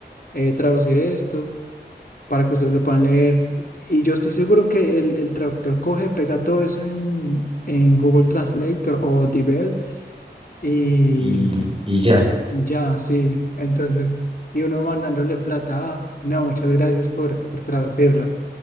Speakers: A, on the left (about 55°); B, on the right (about 30°).
A: eh, traducir esto para que ustedes lo puedan leer. Y yo estoy seguro que el, el traductor coge, pega todo eso en, en Google Translator o Dibel y,
B: Y, y ya.
A: y ya, sí. Entonces, y uno mandándole plata, ah, no, muchas gracias por, por traducirla.